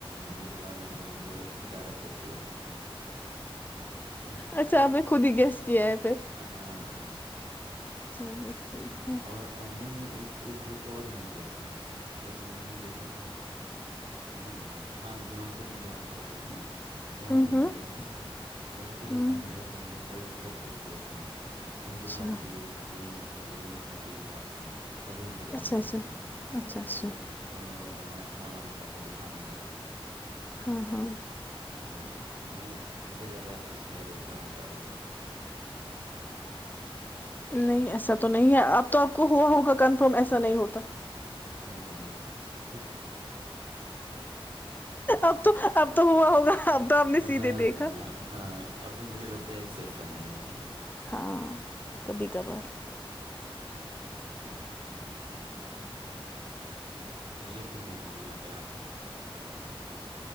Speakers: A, on the right; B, on the left.
A: جن کے پال لمبے ہوں گے وہ زیادہ خوبصورت ہوتے ہوں گے
B: اچھا آپ نے خود ہی گیس کیا ہے پھر
A: ہاں
B: چلیے ٹھیک ہے
A: اور نہیں نہیں ایک ایک لوگ کو اور میں نے دیکھا ہے ایک میں نے دیکھا کہاں دیکھا تھا ہاں جون پور میں جب ہم پڑھتے تھے تو وہاں
B: ہوں
A: میں
B: ہوں
A: نے دیکھا تھا ان کے بھی
B: ہوں
A: بال بہت لمبے تھے وہ بھی بہت خوب صورت ہے ان کے
B: اچھا
A: ساتھ بھی یہی یہی مسئلہ تھا جو انشای کے ساتھ ہے تبھی ان کو دیکھا
B: اچھا اچھا
A: تھا میں نے
B: اچھا اچھا
A: وہ میرے مولانا صاحب کو دکھانے آئے تھے
B: ہاں ہاں
A: تو میں نے م مجھے لگا کہ شاید ایسا ہوتا ہوگا
B: نہیں ایسا تو نہیں ہے اب تو آپ کو ہوا ہوگا کنفرم ایسا نہیں ہوتا
A: ہ نہیں <unintelligible>
B: اب تو اب تو ہوا ہوگا اب تو آپ نے سیدھے
A: ہاں
B: دیکھا
A: ہاں ہاں اب تو مجھے لگتا ہے ایکسپشن ہے یہ
B: ہاں کبھی کبھار
A: ج مجھے خود نہیں سمجھ میں آتی